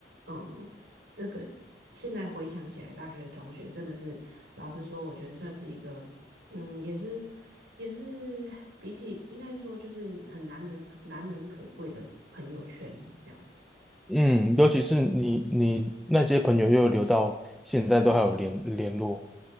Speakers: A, on the right; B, in the centre.
A: 嗯，那个现在回想起来，大学的同学真的是，老实说，我觉得算是一个，嗯，也是也是比起应该说就是很难能难能可贵的朋友圈这样子。
B: 嗯，尤其是你你那些朋友又留到现在都还有联联络。